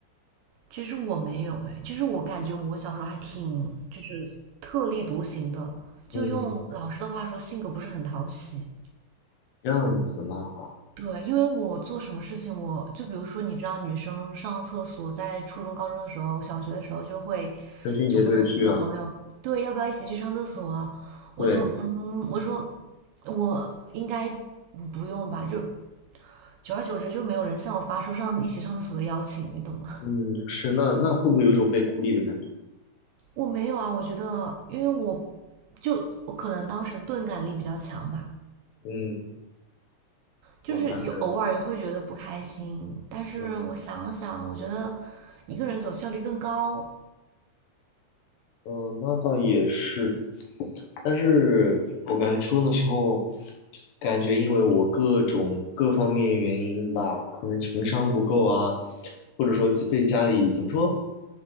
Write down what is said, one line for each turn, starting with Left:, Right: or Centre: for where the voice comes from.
Right: 其实我没有哎，其实我感觉我小时候还挺就是特立独行的，就用老师的话说，
Left: 你嗯，
Right: 性格不是很讨喜。
Left: 这样子嘛，
Right: 对，因为我做什么事情，我就比如说，你知道，女生上厕所，在初中、高中的时候，小学的时候就会
Left: 成群结队的去啊，
Right: 就问你的朋友，对，要不要一起去上厕所啊？我就嗯，
Left: 对，
Right: 我说我应该不用吧，就久而久之就没有人向我发出上一起上厕所的邀请，你懂吗？
Left: 嗯，是那那会不会有一种被孤立的感觉？
Right: 我没有啊，我觉得，因为我就我可能当时钝感力比较强吧，
Left: 嗯，
Right: 就是有偶尔也会觉得不开心，
Left: 我大概，
Right: 但是我想了想，
Left: 嗯。
Right: 我觉得一个人走效率更高。
Left: 嗯，那倒也是，但是我感觉初中的时候，感觉因为我各种各方面原因吧，可能情商不够啊，或者说被家里怎么说，